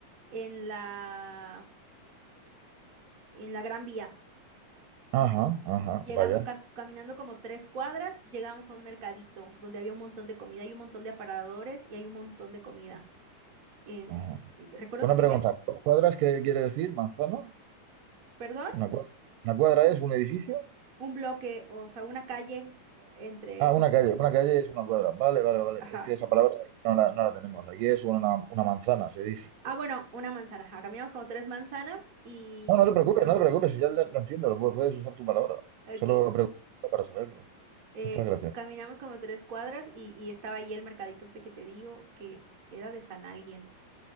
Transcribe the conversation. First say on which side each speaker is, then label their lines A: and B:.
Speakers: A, on the right; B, on the right.
A: en la, en la Gran Vía
B: Ajá,
A: y
B: ajá.
A: llegando,
B: Vaya.
A: cam- caminando como tres cuadras, llegamos a un mercadito donde había un montón de comida, hay un montón de aparadores y hay un montón de comida. Es,
B: Ajá.
A: y recuerdo
B: Una
A: que tenía,
B: pregunta.
A: co-
B: ¿Cuadras qué quiere decir? ¿Manzana?
A: perdón,
B: Una cuadra. ¿Una cuadra es un edificio?
A: un bloque, o sea, una calle eh, entre,
B: Ah, una calle. Una calle es una cuadra. Vale, vale, vale.
A: ajá.
B: Es que esa palabra no la, no la tenemos. Aquí es una, una manzana, se dice.
A: Ah, bueno, una manzana. ajá, Caminamos como tres manzanas y,
B: No, no te preocupes, no te preocupes. si ya lo entiendo, lo puedes, puedes usar tu palabra.
A: y-
B: Solo
A: ok,
B: pregunto para saberlo.
A: eh,
B: Muchas gracias.
A: caminamos como tres cuadras y, y estaba ahí el mercadito este que te digo, que era de San Alguien,